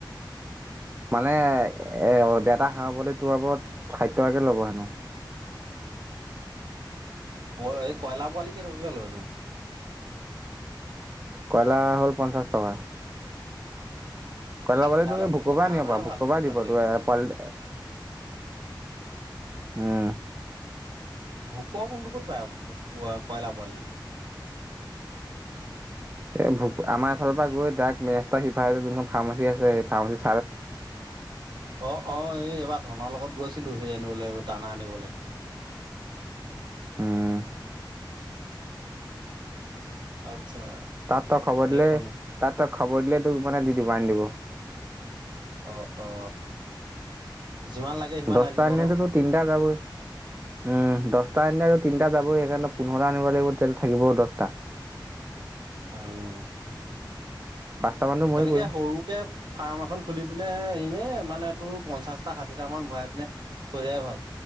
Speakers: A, on the right (about 25°); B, on the right (about 65°).
A: মানে এ ডেটা হাঁহ পোৱালিটোৰ বাবত ষাঠি টকাকে ল'ব হেনো।
B: ব এই কয়লা পোৱালি কেই টকাকে লয় নো?
A: কয়লা হ'ল পঞ্চাশ টকা। <unintelligible>
B: তেতিয়াহ'লে হাঁহ অনাই ভাল দেখোন তাতকে
A: হম
B: ভোকুৱা কোনটো ক'ত পায় আকৌ কয়লা পোৱালি?
A: এ আমাৰ এফালৰ পৰা গৈ দাইক মেচক্সটা সিফাই যোনখন ফাৰ্মচী আছে ফাৰ্মাচীচ
B: অহ -অহ এই এইবাৰ ধনৰ লগত গৈছিলো সেই আনিবলে দানা আনিবলে
A: উম,
B: আচ্ছা
A: তাত তই খবৰ
B: সেইখনত
A: দিলে তাঁ ত ই খাবৰ দিলে তোক মানে দি দিব আনি দিব
B: অ অ যিমান লাগে সিমান
A: দচটা
B: আনি দিব
A: এনেতো
B: ন
A: তো তিনিটা যাবই। উম, দছটা আনিলে আৰু তিনটা যাবই সেইকাৰণে পোন্ধৰটা আনিব লাগিব তেতিয়া থাকিব দছটা।
B: উম
A: পাঁচটা মানতো মৰিবই।
B: তেনেকে সৰুকে ফাৰ্ম এখন খুলি পিনে এনে মানে তোৰ পঞ্চাশটা, ষাঠিটা মান ভৰাই পিনে থৈ দিয়া ভাল।